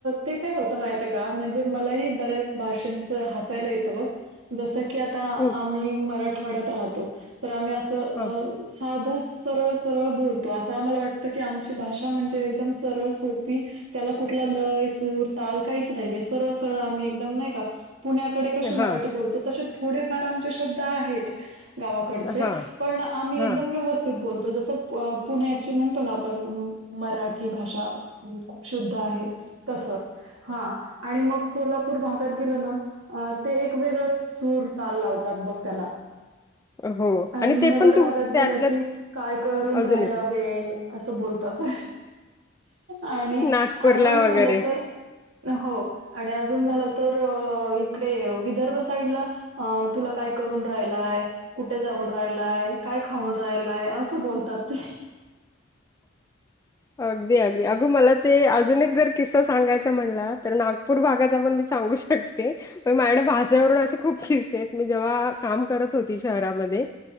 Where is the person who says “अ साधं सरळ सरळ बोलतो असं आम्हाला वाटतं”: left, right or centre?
Right